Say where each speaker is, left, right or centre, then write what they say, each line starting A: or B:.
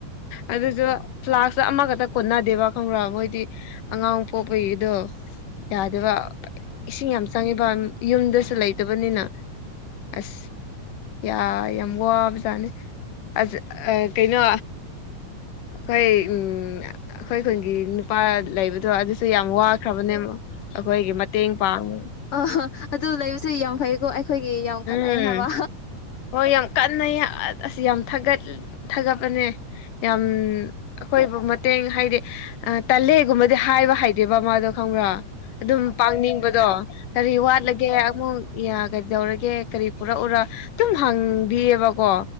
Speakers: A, on the left (about 80°); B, on the left (about 50°).
A: ꯑꯗꯨꯖꯨ ꯐ꯭ꯂꯥꯛꯁ ꯑꯃꯒꯗ ꯀꯣꯟꯅꯗꯦꯕ ꯈꯪꯕ꯭ꯔꯥ ꯃꯣꯏꯗꯤ ꯑꯉꯥꯡ ꯄꯣꯛꯄꯒꯤꯗꯣ ꯌꯥꯗꯦꯕ ꯏꯁꯤꯡ ꯌꯥꯝ ꯆꯪꯉꯦꯕ ꯌꯨꯝꯗꯁꯨ ꯂꯩꯇꯕꯅꯤꯅ ꯑꯁ ꯌꯥ ꯌꯥꯝ ꯋꯥꯕꯖꯥꯠꯅꯤ ꯑꯁ ꯑꯥ ꯀꯩꯅꯣ ꯑꯩꯈꯣꯏ ꯎꯝ ꯑꯩꯈꯣꯏ ꯈꯨꯟꯒꯤ ꯅꯨꯄꯥ ꯂꯩꯕꯗꯣ ꯑꯗꯨ ꯁꯨ ꯌꯥꯝ ꯋꯥꯈ꯭ꯔꯕꯅꯦꯕꯣ ꯑꯩꯈꯣꯏꯒꯤ ꯃꯇꯦꯡ ꯄꯥꯡꯕꯒꯤ
B: ꯑꯥ ꯍꯥ ꯑꯗꯨ ꯂꯩꯕꯁꯨ ꯌꯥꯝ ꯐꯩꯀꯣ ꯑꯩꯈꯣꯏꯒꯤ ꯌꯥꯝ ꯀꯥꯟꯅꯩ
A: ꯎꯝ
B: ꯍꯥꯏꯕ
A: ꯍꯣꯏ ꯌꯥꯝ ꯀꯟꯅꯩ ꯑꯥ ꯑꯁ ꯌꯥꯝ ꯊꯥꯒꯠ ꯊꯥꯒꯠꯄꯅꯦ ꯌꯥꯝ ꯑꯩꯈꯣꯏꯕꯨ ꯃꯇꯦꯡ ꯍꯥꯏꯗꯤ ꯇꯜꯂꯦꯒꯨꯝꯕꯗꯤ ꯍꯥꯏꯕ ꯍꯥꯏꯇꯦꯕ ꯃꯥꯗꯣ ꯈꯪꯕ꯭ꯔꯥ ꯑꯗꯨꯝ ꯄꯥꯡꯅꯤꯡꯕꯗꯣ ꯀꯔꯤ ꯋꯥꯠꯂꯒꯦ ꯑꯃꯨꯛ ꯌꯥꯒꯩꯗꯧꯔꯒꯦ ꯀꯔꯤ ꯄꯨꯔꯛꯎꯔ ꯗꯨꯝ ꯍꯪꯕꯤꯌꯦꯕꯀꯣ